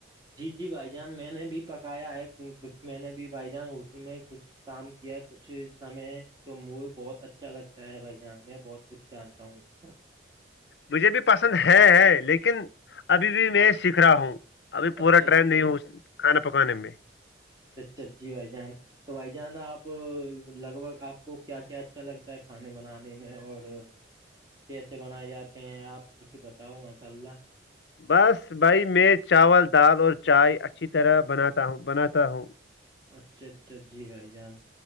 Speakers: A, on the right; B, on the left.
A: جی جی بھائی جان میں نے بھی پکایا ہے کچھ میں نے بھی بھائی جان ہوٹل میں کچھ کام کیا کچھ سمے تو مے بہت اچھا لگتا ہے بھائی جان میں بہت کچھ جانتا ہوں <inaudible>
B: مجھے بھی پسند ہے ہے لیکن ابھی بھی میں سیکھ رہا ہوں ابھی پورا
A: اچھا
B: ٹرینڈ نہیں ہو کھانا پکانے میں
A: سجی بھائی جان تو بھائی جان آپ لگ بھگ آپ کو کیا کیا اچھا لگتا ہے کھانے بنانے میں اور کیسے بنائے جاتے ہیں آپ کچھ بتاؤ ماشاء اللہ
B: بس بھائی میں چاول دال اور چائے اچھی طرح بناتا ہوں بناتا ہوں
A: اچھا اچھا ا جی بھائی جان